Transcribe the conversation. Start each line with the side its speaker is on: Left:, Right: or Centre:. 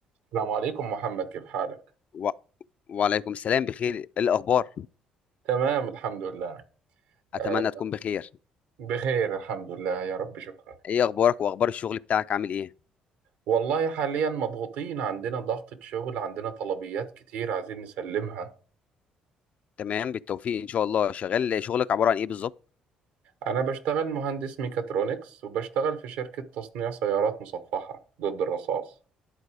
Right: السلام عليكم محمد كيف حالك؟
Left: و... وعليكم السلام بخير إيه الاخبار
Right: تمام الحمد لله
Left: اتمنى
Right: آه
Left: تكون بخير
Right: بخير الحمد لله يا رب شكرا
Left: ايه اخبارك واخبار الشغل بتاعك عامل ايه
Right: والله حاليا مضغوطين عندنا ضغطة شغل عندنا طلبيات كتير عايزين نسلمها
Left: تمام بالتوفيق ان شاء الله شغال شغلك عباره عن ايه بالظبط
Right: أنا بشتغل مهندس ميكاترونكس وبشتغل في شركة تصنيع سيارات مصفحة ضد الرصاص